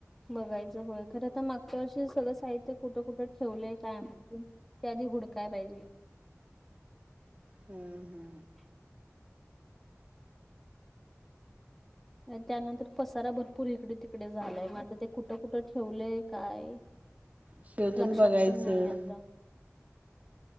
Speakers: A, in the centre; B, on the right.
A: बघायचं होय. खरं आता मागच्या वर्षीचं सगळं साहित्य कुठं कुठं ठेवलंय काय माहिती. ते आधी हुडकाय पाहिजे.
B: हा हा.
A: <inaudible> त्यानंतर पसारा भरपूर इकडे तिकडे झालाय, मग आता ते कुठं कुठं ठेवलंय काय
B: शोधून
A: लक्षात
B: बघायचं
A: पण नाही आता.